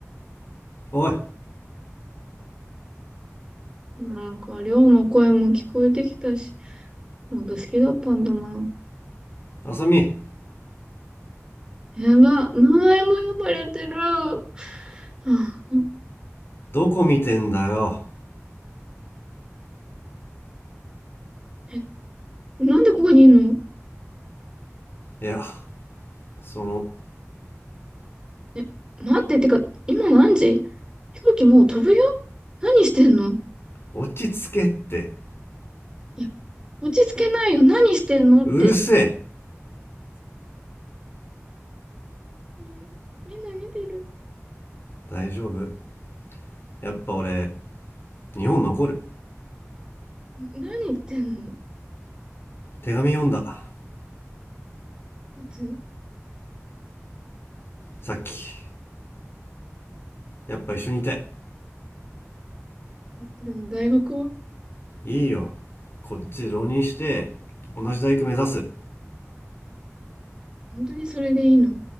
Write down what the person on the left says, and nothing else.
おい
あさみ
どこ見てんだよ
いやその
落ち着けって
うるせえ
大丈夫。やっぱ俺、日本残る。
手紙読んだ。
さっき。やっぱ一緒にいたい。
いいよ。こっちで浪人して、同じ大学目指す。